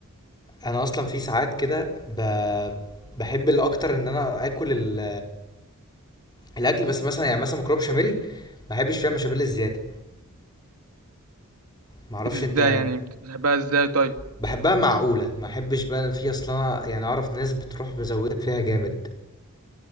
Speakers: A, on the left; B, on the right.
A: انا اصلا في ساعات كده ب... بحب الاكتر ان انا اكل ال... الاكل بس مثلا يعني مثلا ميكروب شميل ما بحبش فيها مشابيل الزياده معرفش
B: ازاي
A: انت
B: يعني بت- بتحبها ازاي طيب
A: بحبها معقولة ما احبش بقى إن في اصلا يعني اعرف ناس بتروح مزودة فيها جامد